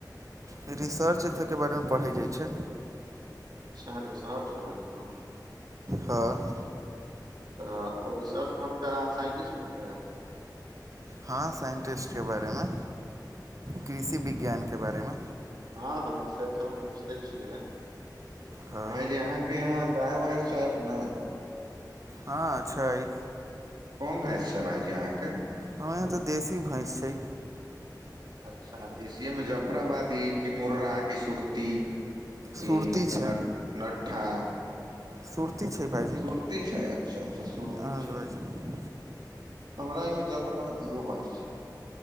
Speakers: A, on the right (about 45°); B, on the right (about 70°).
A: रिसर्च एहि सभके बारेमे पढ़ैय जाइय छैय
B: साह रिचर्सके बारेमे
A: हँ
B: तऽ ओ रिसर्च बनके अहाँ साइन्टिस्ट बनबैह
A: हँ साइन्टिस्टके बारेमे कृषि विज्ञानके बारेमे
B: हँ हँ से तऽ हम बुझिते छियै
A: हँ
B: भाई जी अहाँके यहाँ गाय वाय छैत ने
A: हँ छै
B: कोन भांइस छै भाइजी अहाँके
A: हँ तऽ देशी भैंस छै
B: अच्छा देसियएमे जफराबादी कि मुर्रा कि सुरती
A: सुरती
B: की
A: छै
B: न नठा
A: सुरती छै भाइजी
B: सुुरती छै अच्छा अच्छा
A: अहाँके
B: सुरती छै
A: भाइजी
B: हमरा यहाँ जफराबादी एगो भांइस छै